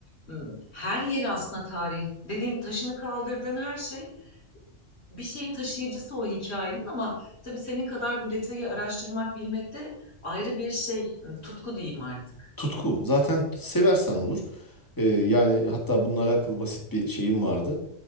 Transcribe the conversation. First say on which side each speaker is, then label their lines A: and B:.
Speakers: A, on the left; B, on the left.
A: m, her yeri aslında tarih dediğin taşını kaldırdığın her şey bir şeyin taşıyıcısı o hikayenin ama tabii senin kadar bu detayı araştırmak bilmek de ayrı bir şey, hmm, tutku diyeyim artık.
B: Tutku zaten seversen olur. Ee, yani hatta bununla alakalı basit bir şeyim vardı.